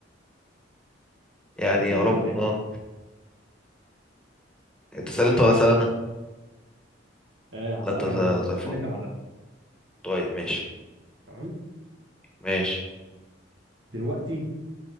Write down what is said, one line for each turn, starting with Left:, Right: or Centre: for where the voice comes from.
Centre: يعني
Right: السيناريو
Centre: يا رب
Right: التاني
Centre: اه انت سأل
Right: بس
Centre: انت
Right: إيه رأيك؟
Centre: ولا سأل انا
Right: أه هسألك
Centre: لا انت زي
Right: أنا برضه
Centre: زي
Right: اسألني
Centre: الفل
Right: أنت بعدها
Centre: طيب ماشي
Right: تمام؟
Centre: ماشي
Right: دلوقتي